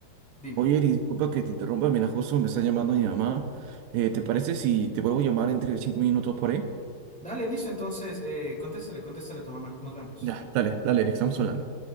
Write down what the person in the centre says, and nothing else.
Dime.
Dale, listo, entonces, eh, contéstale, contéstale a tu mamá. Nos vemos.